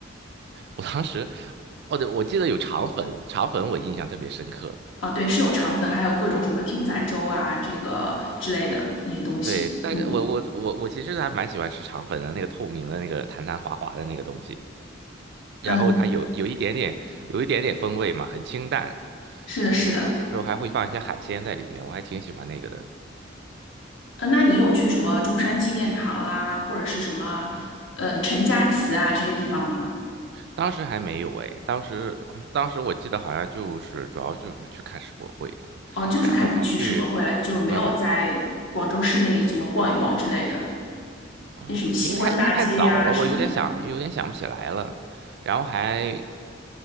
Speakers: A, on the right; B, on the left.
A: 我当时，哦对，我记得有肠粉，肠粉我印象特别深刻，
B: 啊，对，是有肠粉，还有各种什么艇仔粥啊，这个之类的那些东西。
A: 对，但是我我我我其实还蛮喜欢吃肠粉的，
B: 嗯
A: 那个透明的那个弹弹滑滑的那个东西，然后它有有一点点有一点点风味嘛，
B: 嗯，
A: 很清淡，
B: 是的，是的。
A: 然后有时候还会放一些海鲜在里面，我还挺喜欢那个的。
B: 呃，那你有去什么中山纪念堂啊，或者是什么呃陈家祠啊这些地方吗？
A: 当时还没有哎，当时当时我记得好像就是主要就是去看世博会了，
B: 哦，就是看你去世博会了，
A: 然后还去
B: 就是没有在广州市内怎么逛一逛之类的。
A: 嗯，呃因为太因为太早了，
B: 那什么西关大街呀、什么的，
A: 我有点想有点想不起来了，然后还